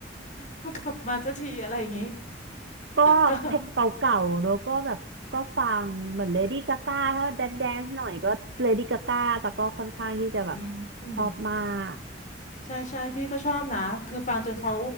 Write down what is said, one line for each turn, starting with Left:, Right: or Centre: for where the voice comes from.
Left: <laughs> กลับมาสักทีอะไรอย่างงี้
Right: ก็เพลงเก่าๆแล้วก็แบบก็ฟังเหมือนเลดี้กาก้าถ้าแดนแดนหน่อยก็เลดี้กาก้าแต่ก็ค่อนข้างที่จะแบบ
Left: ก็อื
Right: ชอบมาก
Left: ม ใช่ใช่พี่ก็ชอบนะคือฟังจนเขา